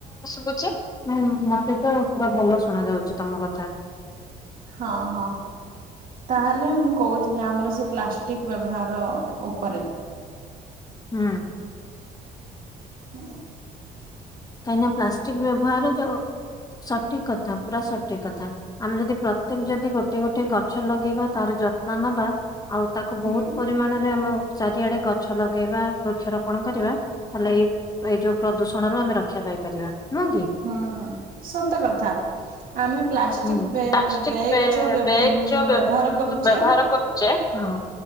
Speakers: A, on the left; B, on the right.
A: ଶୁଭୁଚି ନାଇ ମତେ ତ ପୁରା ଭଲ ଶୁଣା ଯାଉଛି ତମ କଥା।
B: ହଁ ହଁ। ତାହେଲେ ମୁଁ କହୁଥିଲି ଆମର ସେ ପ୍ଲାଷ୍ଟିକ ବ୍ୟବହାର ଉପରେ।
A: ହୁଁ।
B: ହ।
A: କାହିଁକି ନା ପ୍ଲାଷ୍ଟିକ ବ୍ୟବହାର ଯୋଉ ସଠିକ କଥା ପୁରା ସଠିକ କଥା ଆମେ ଯଦି ପ୍ରତ୍ୟେକ ଯଦି ଗୋଟିଏ ଗୋଟିଏ ଗଛ ଲଗେଇବା ତାର ଯତ୍ନ ନେବା ଆଉ ତାକୁ
B: ହୁଁ
A: ବହୁତ ପରିମାଣରେ ଆମ ଚାରିଆଡେ ଗଛ ଲଗେଇବା ବୃକ୍ଷରୋପଣ କରିବା ତାହଲେ ଏଇ ଏଇ ଯୋଉ ପ୍ରଦୂଷଣ ରୁ ଆମେ ରକ୍ଷା ପାଇପାରିବା। ନୁହଁ କି?
B: ହଁ ସତ କଥା ଆମେ ପ ପ୍ଲାଷ୍ଟିକ
A: ହୁଁ।
B: ବ୍ୟାଗ
A: ପ୍ଲାଷ୍ଟିକ ବେ
B: ଯୋ ବ୍ୟବହାର
A: ବ୍ୟାଗ ଯୋଉ ବ୍ୟ
B: କରୁଚେ
A: ବ୍ୟବହାର କରୁଛେ ହଁ।